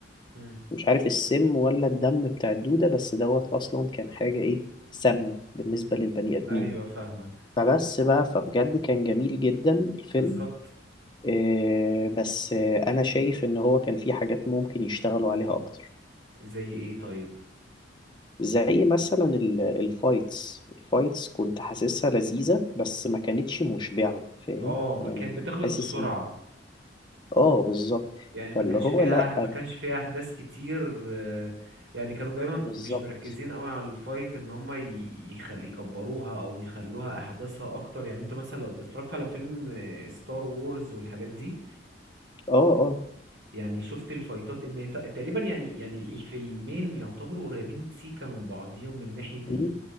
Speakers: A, on the right; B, on the left.
A: مم.
B: مش عارف السم ولا الدم بتاع الدودة بس دوت أصلا كان حاجة إيه سامة بالنسبة للبني آدمين
A: ايوه فاهمك
B: فبس بقى فبجد كان جميل جدا الفيلم
A: بالظبط
B: آه بس آه أنا شايف إن هو كان فيه حاجات ممكن يشتغلوا عليها أكتر
A: زي ايه طيب
B: زي مثلا ال- الفايتس الفايتس كنت حاسسها لذيذة بس ما كانتش مشبعة فاهم
A: اه ما
B: يعني
A: كانت
B: كنت
A: بتخلص
B: حاسس
A: بسرعة
B: ان اه بالظبط
A: يعني ما
B: فاللي
A: كانش
B: هو
A: فيها
B: لا
A: ما كانش فيها احداث كتير آه، يعني كانوا دايما
B: بالظبط
A: مش مركزين قوي على الفايت ان هم يخل يكبروها او يخلوها احداثها اكتر يعني انت مثلا لو اتفرجت على فيلم ستار وورز والحاجات دي
B: اه اه
A: يعني شفت الفايتات ان ت- تقريبا يعني يعني الفيلمين يعتبروا قريبين سيكا من بعضيهم من ناحية
B: مم.
A: ال...